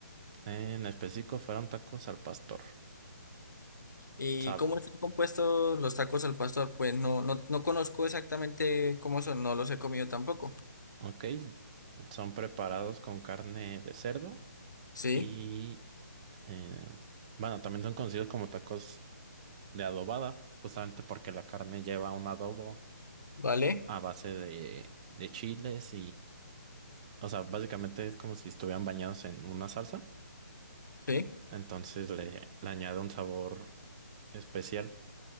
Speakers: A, on the right; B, on the left.
A: En específico fueron tacos al pastor,
B: ¿Y
A: sabe,
B: cómo están compuestos los tacos al pastor? Pues no, no, no conozco exactamente cómo son, no los he comido tampoco.
A: ok. Son preparados con carne de cerdo
B: ¿Sí?
A: y, eh, bueno, también son conocidos como tacos de adobada, justamente porque la carne lleva un adobo
B: ¿Vale?
A: a base de, de chiles O sea, básicamente es como si estuvieran bañados en una salsa.
B: ¿Sí?
A: Entonces le, le añado un sabor especial.